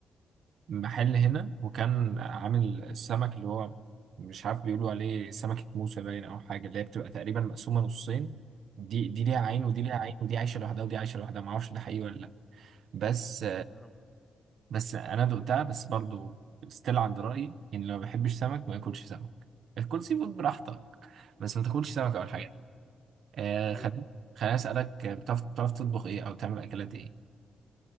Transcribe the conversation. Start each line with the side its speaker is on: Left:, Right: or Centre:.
Right: محل هنا وكان عامل السمك اللي هو مش عارف بيقولوا عليه سمكه موسى باين او حاجه اللي هي بتبقى تقريبا مقسومه نصين دي دي ليها عين
Left: مم،
Right: ودي ليها عين ودي عايشه لوحدها ودي عايشه لوحدها ما اعرفش ده حقيقي ولا لا بس
Left: نعم.
Right: بس انا دقتها بس برضو ستيل عند رايي يعني لو ما بيحبش سمك ما ياكلش سمك الكل سي فود براحتك بس ما تاكلش سمك اول حاجه آه
Left: ايوه
Right: خليني خليني اسالك آه، بتعرف بتعرف تطبخ ايه او تعمل اكلات ايه